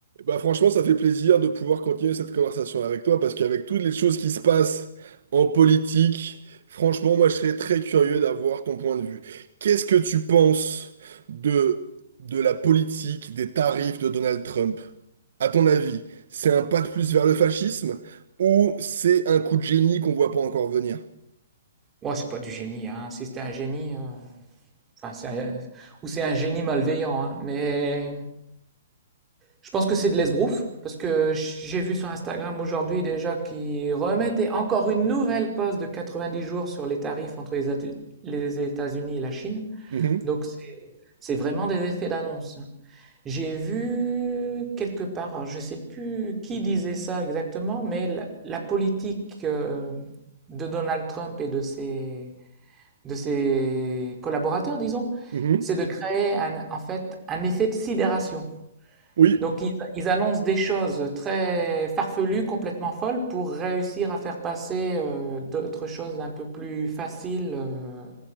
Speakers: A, on the right; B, on the right.
A: Bah franchement, ça fait plaisir de pouvoir continuer cette conversation avec toi parce qu'avec toutes les choses qui se passent en politique, franchement, moi je serais très curieux d'avoir ton point de vue. Qu'est-ce que tu penses de, de la politique des tarifs de Donald Trump? À ton avis, c'est un pas de plus vers le fascisme ou c'est un coup de génie qu'on voit pas encore venir?
B: Ouais, c'est pas du génie, hein. Si c'était un génie, euh, enfin, c'est un- ou c'est un génie malveillant, hein. Mais je pense que c'est de l'esbrouf, parce que j'ai vu sur Instagram aujourd'hui déjà qu'ils remettaient encore une nouvelle pause de 90 jours sur les tarifs entre les, Atu- les États-Unis et la Chine.
A: Mhm,
B: Donc c'est c'est vraiment des effets d'annonce. hein. J'ai vu quelque part, alors je sais plus qui disait ça exactement, mais la, la politique euh, de Donald Trump et de ses de ses collaborateurs, disons,
A: mhm.
B: c'est de créer un, en fait un effet de sidération.
A: Oui,
B: Donc ils, ils annoncent des choses très farfelues, complètement folles, pour réussir à faire passer euh, d'autres choses un peu plus faciles euh,